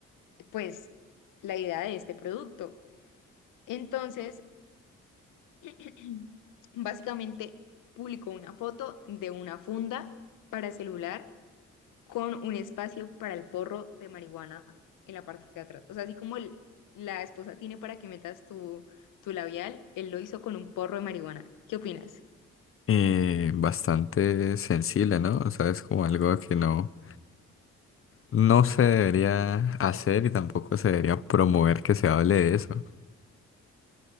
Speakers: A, on the left (about 85°); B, on the left (about 45°).
A: pues la idea de este producto. Entonces, <clears throat> Básicamente publicó una foto de una funda para celular con un espacio para el porro de marihuana en la parte de atrás. O sea, así como el- la esposa tiene para que metas tu, tu labial, él lo hizo con un porro de marihuana. ¿Qué opinas?
B: Eh, bastante sensible, ¿no? O sea, es como algo que no, no se debería hacer y tampoco se debería promover que se hable de eso.